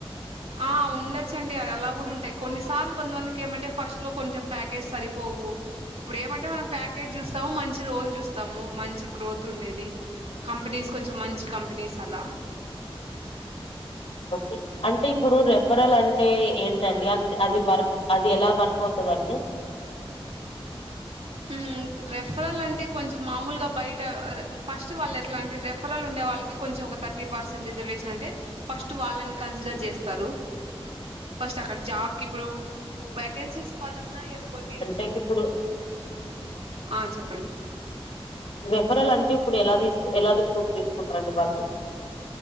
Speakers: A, on the right (about 80°); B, on the left (about 75°).
A: ఆ ఉండొచ్చండి అది అలా కూడా ఉంటాయి కొన్నిసార్లు కొంతమందికి ఏమంటే ఫస్ట్ లో కొంచెం ప్యాకేజ్ సరిపోవు ఇప్పుడు ఏమంటే మనం ప్యాకేజ చూస్తాము మంచి రోల్ చూస్తాము మంచి గ్రోత్ ఉండేది కంపెనీస్ కొంచెం మంచి కంపెనీస్ అలా
B: ఓకే అంటే ఇప్పుడు రెఫరల్ అంటే ఏంటండి అంతె అది వర్క్ అది ఎలా వర్కవుతాదండి
A: ఉ రెఫరల్ అంటే కొంచెం మామూలుగా బయట ఫస్ట్ వాళ్ళు ఎట్లా అంటే రెఫరల్ ఉండే వాళ్ళకి కొంచెం ఒక థర్టీ పర్సెంట్ రిజర్వేషన్ అంటే ఫస్ట్ వాళ్ళని కన్సిడర్ చేస్తారు ఫస్ట్ అక్కడ జాబ్ కి ఇప్పుడు వాకన్సీస్ పదున్నాయి అనుకోండి
B: ఎట్ ఇప్పుడు
A: ఆ చెప్పండి
B: రిఫరల్ అంటే ఇప్పుడు ఎలా తీసు ఎలా రిక్రూట్ చేసుకుంటారండి వాళ్ళు ఇప్పుడు